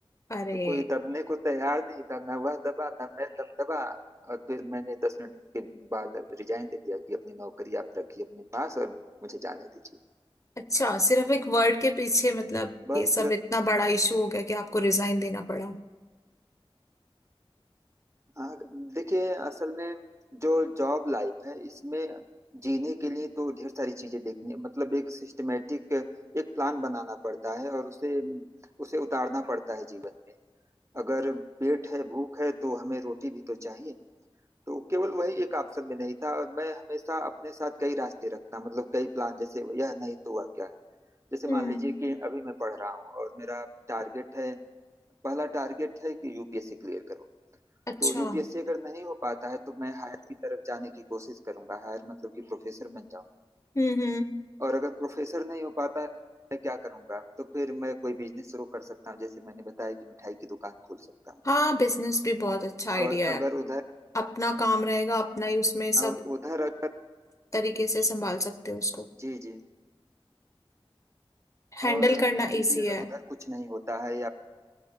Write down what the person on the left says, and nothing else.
अरे
अच्छा सिर्फ एक वर्ड के पीछे मतलब
ये सब इतना बड़ा इशू हो गया कि आपको रिजाइन देना पड़ा
हम्म
अच्छा
हम्म हम्म
हाँ बिजनेस भी बहुत अच्छा आइडिया
है
अपना काम रहेगा अपना ही उसमें
सब
तरीके से संभाल सकते हो उसको
हैंडल
करना इजी
है